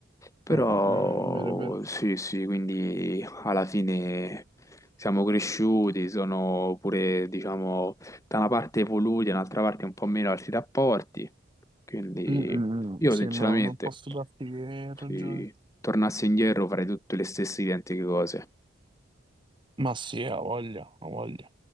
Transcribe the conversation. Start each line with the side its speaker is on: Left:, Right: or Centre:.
Left: Però
Right: Eh, eh, eh, è vero, è vero.
Left: sì, sì, quindi alla fine siamo cresciuti, sono pure, diciamo, da una parte evoluti, dall'altra parte un po' meno altri rapporti. Quindi
Right: Mm, mm,
Left: io
Right: mm, sì,
Left: sinceramente,
Right: no, non posso darti che ragione.
Left: se tornassi indietro farei tutte le stesse identiche cose.
Right: Ma sì, ha voglia, ha voglia.